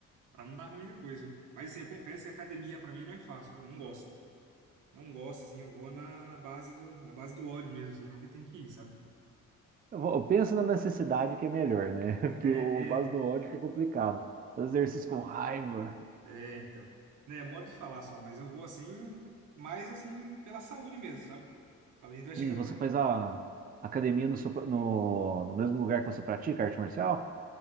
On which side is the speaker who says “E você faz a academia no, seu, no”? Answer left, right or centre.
Right